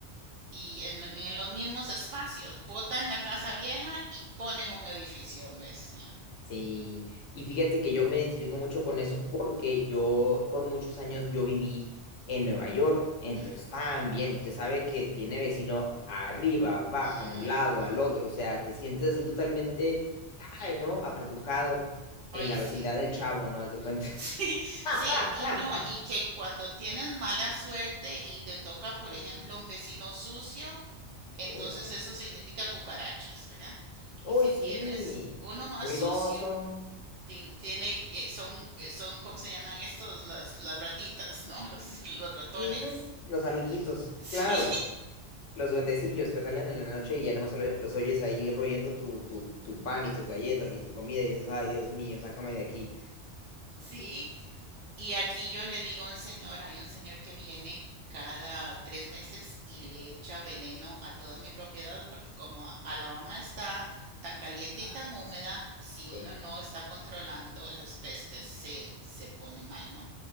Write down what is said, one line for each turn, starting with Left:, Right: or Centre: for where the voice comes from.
Right: y en, en los mismos espacios. Botan la casa vieja y ponen un edificio, ¿ves? Ya.
Left: Sí, y fíjate que yo me identifico mucho con eso porque yo por muchos años yo viví en Nueva York, entonces
Right: Ujú.
Left: también usted sabe que tiene vecino arriba, abajo,
Right: Ujú.
Left: a un lado, al otro, o sea, te sientes así totalmente, ay, ¿no? Apretujado
Right: Ay,
Left: en la
Right: sí.
Left: vecindad
Right: <laughs>
Left: del Chavo, ¿no? Haz de cuenta.
Right: Sí,
Left: <laughs>
Right: sí, y no, y que cuando tienes mala suerte y te toca, por
Left: Mm,
Right: ejemplo, un vecino sucio, Entonces
Left: Bueno,
Right: eso significa cucarachas, ¿verdad?
Left: uy,
Right: Y si
Left: sí,
Right: tienes uno más
Left: ruidoso,
Right: sucio, ti- tiene, que- son, eh, son, ¿cómo se llaman estos? Las, las ratitas, ¿no? <laughs> Los, los ratones.
Left: ujú,
Right: <laughs>
Left: Los amiguitos,
Right: Sí.
Left: claro. Los duendecillos que salen en la noche y ya nomás solo los oyes ahí royendo tu, tu, tu pan y tus galletas y tu comida y dices, ay, Dios mío, sácame de aquí.
Right: Sí, y aquí yo le digo a un señor, hay un señor que viene cada tres meses y le echa veneno a toda mi propiedad porque como a- Alabama está tan caliente
Left: Ah,
Right: y tan húmeda,
Left: sí,
Right: si uno
Left: sí,
Right: no está controlando las pestes se, se pone mal, ¿no?